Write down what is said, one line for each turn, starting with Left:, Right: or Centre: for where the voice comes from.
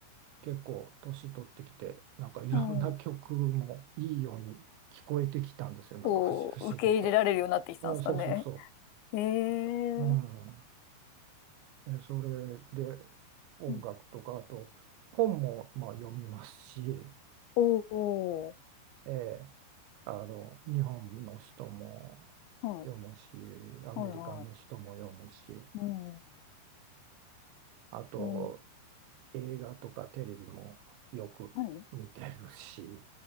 Right: 結構年取ってきてなんかいろんな曲もいいように聞こえてきたんですよなんか不思不思議と。
Left: うん。こう、受け入れられるようになってきたんですかね。
Right: おそうそうそ
Left: えー。
Right: う。うんえーそれで音楽とかあと本もまあ読みますし、
Left: うんおー。
Right: えーあの日本の人も
Left: はい。
Right: 読むしアメリカの人も読むし
Left: はいはい。うん。
Right: あと
Left: うん。
Right: 映画とかテレビもよく見てるし
Left: はい。